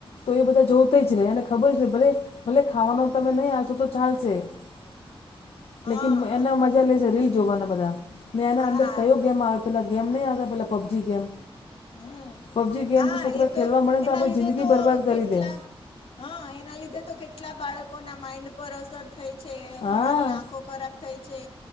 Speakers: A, on the left; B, on the left.
A: તો એ બધા જોતા જ રે અનેને ખબર જ છે ભલે ભલે ખાવાનો તમે નહીં હાલશો તો ચાલશે <inaudible>
B: હા
A: લેકીન એના મજા લેશે રીલ જોવાના બધા ને
B: હા
A: એના અંદર કયો ગેમ આવે પેલા ગેમ નહીં આવતા પેલા પબજી ગેમ
B: હમ
A: પબજી ગેમ
B: હા
A: છોકરા
B: એ
A: ખેલવા
B: તો
A: મળે ને
B: એના
A: આપણે
B: લીધે
A: જિંદગી
B: તો
A: બરબાદ કરી
B: કેટલા
A: દે
B: હા એના લીધે તો કેટલા બાળકોના માઈન્ડ પર અસર થઈ છે
A: હા
B: ઘણાની આંખો ખરાબ થઈ છે